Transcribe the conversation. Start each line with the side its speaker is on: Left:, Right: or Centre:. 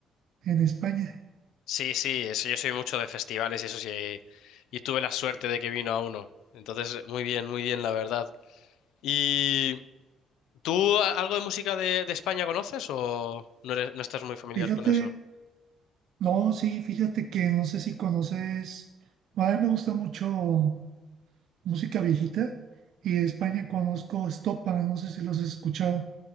Right: en España.
Left: Sí, sí, eso, yo soy mucho de festivales y eso sí, y tuve la suerte de que vino a uno. Entonces, muy bien, muy bien, la verdad. ¿Y tú a- algo de música de, de España conoces o no eres- no estás muy familiar
Right: Fíjate,
Left: con eso?
Right: no, sí, fíjate que no sé si conoces, a mí me gusta mucho música viejita y de España conozco Estopa, no sé si los has escuchado.